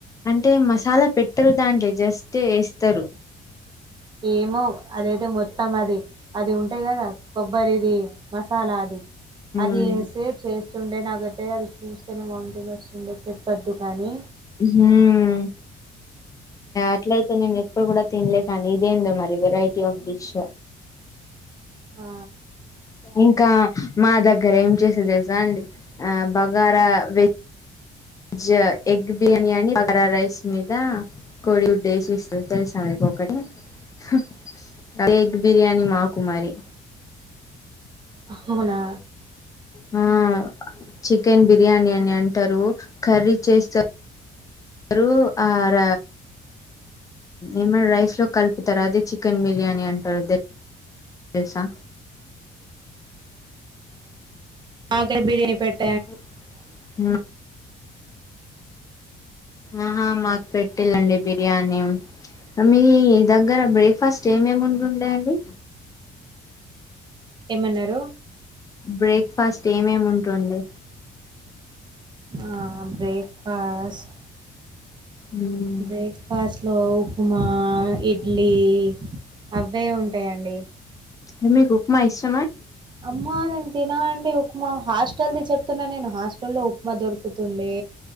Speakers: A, on the left; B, on the right.
A: అంటే మసాలా పెట్టరు దాంట్లో జస్ట్ వేస్తారు
B: ఏమో అదైతే మొత్తం అది అది ఉంటాయి కదా కొబ్బరిది మసాలా అది
A: ఉమ్
B: అది సేవ్ చేస్తుండే నాగ టే అది చూస్తేనే వాంతింగ్ వస్తుంది చెప్పొద్దు కాని
A: ఉహుమ్మ్ అట్లయితే నేను ఎప్పుడు కూడా తినలే కానీ ఇదేందో మరి వెరైటీ ఆఫ్ డిష్
B: ఆ
A: ఇంకా మా దగ్గర ఏం చేసేది తెలుసా అండి ఆ బగారా వె జ ఎగ్ బిర్యానీ బగర రైస్ మీద కోడి గుడ్డేసి ఇస్తది తెలుసా మీకు ఒకటి హా ఎగ్ బిర్యానీ మాకు మరి
B: అవునా
A: హ చికెన్ బిర్యానీ అని అంటారు కర్రీ చేస్తారు రు ఆర ఏమన్నా రైస్ లో కలుపుతరా అదే చికెన్ బిర్యానీ అంటారు చేసా
B: మాకే బిర్యానీ పెట్
A: <unintelligible> ఆహా మాకు పెట్టిందండి బిర్యానీ మీ దగ్గర బ్రేక్ ఫస్ట్ ఏమేమి ఉంటుండే అండి
B: ఏమన్నారు
A: బ్రేక్ ఫాస్ట్ ఏమేముంటుండే
B: ఆ బ్రేక్ ఫాస్ట్
A: మ్
B: బ్రేక్ ఫాస్ట్ లో ఉప్మా ఇడ్లీ అవే ఉంటాయండి
A: ఏ మీకు ఉప్మా ఇష్ట
B: అమ్మా నేను తినండి ఉప్మా మా హాస్టల్ది చెప్తున్నా నేను హాస్టల్ లో ఉప్మా దొరుకుతుండే